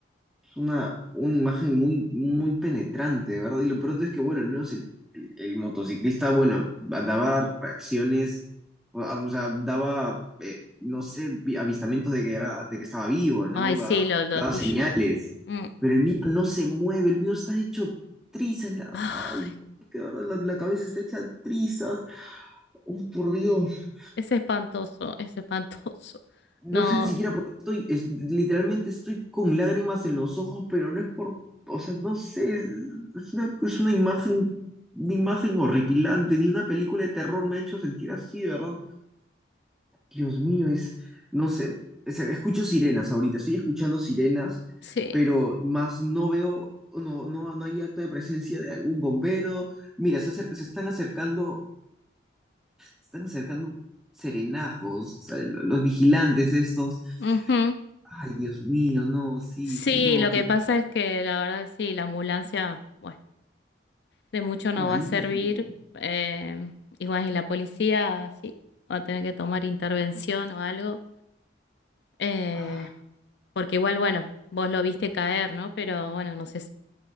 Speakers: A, in the centre; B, on the left.
A: una, una imagen muy, muy penetrante, ¿verdad? Y lo peor es que, bueno, al menos el, el- el motociclista, bueno, daba reacciones, o o sea, daba, eh, no sé, vi- avistamientos de que era, de que estaba vivo, ¿no?
B: ay, sí,
A: Da-
B: lo, lo
A: daba
B: tuyo.
A: señales.
B: Mm.
A: Pero el mío no se mueve, el mío está hecho trizas. la-
B: Ay,
A: ay, que de verdad, la, la cabeza está hecha trizas. Oh, por Dios.
B: es espantoso, es espantoso.
A: No
B: No,
A: sé ni siquiera por qué estoy, es- literalmente estoy con lágrimas en los ojos, pero no es por, o sea, no sé, es, es una, es una imagen, una imagen horripilante, ni una película de terror me ha hecho sentir así, de verdad. Dios mío, es, no sé, es- escucho sirenas ahorita, estoy escuchando sirenas,
B: sí.
A: pero más no veo, no, no, no hay acto de presencia de algún bombero. Mira, se, acer- se están acercando, se están acercando serenazgos, o sea, lo- los vigilantes estos.
B: ujú.
A: Ay, Dios mío, no, sí,
B: Sí,
A: sí, no,
B: lo
A: que
B: que pasa es que la verdad sí, la ambulancia, bueno. De mucho no
A: malísimo.
B: va a servir. eh, y bueno, y la policía sí va a tener que tomar intervención o algo. eh,
A: Ah,
B: porque igual, bueno, vos lo viste caer, ¿no? Pero bueno, no sé, s-